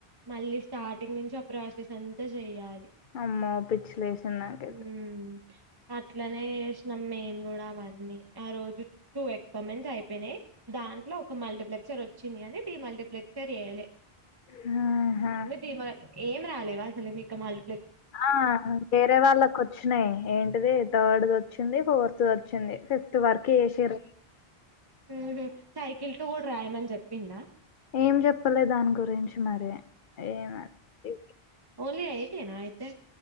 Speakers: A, on the right; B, on the left.
A: మళ్ళీ స్టార్టింగ్ నుంచి ఆ ప్రాసెస్ అంతా చెయ్యాలి
B: అమ్మో పిచ్చిలేసింది నాకు ఆయితే
A: ఉమ్ అట్లనే వేసినం మేం గూడా అవన్నీ ఆ రోజు టూ ఎక్స్పరిమెంట్స్ అయిపోయినాయి దాంట్లో ఒక మల్టిప్లెక్సర్ వ చియానీ డి మల్టిప్లక్స్ ఆన్సర్ చెయ్యలే
B: ఆహా
A: అన్నీ డిమోటే ఏం రాలేవా అసలు మీకు మళ్ళ్
B: ఆ వేరే వాళ్ళకు వచ్చినాయి ఏం ది థర్డ్ది వచ్చింది ఫోర్త్ దివచ్చింది ఫిఫ్త్ తు వర్క్ చేసేర
A: ఊహూ సైకిల్ తో కూడా రాయమని చెప్పిందా
B: ఏం చెప్పలే దాని గురించి మరి ఏమని
A: అవునా తే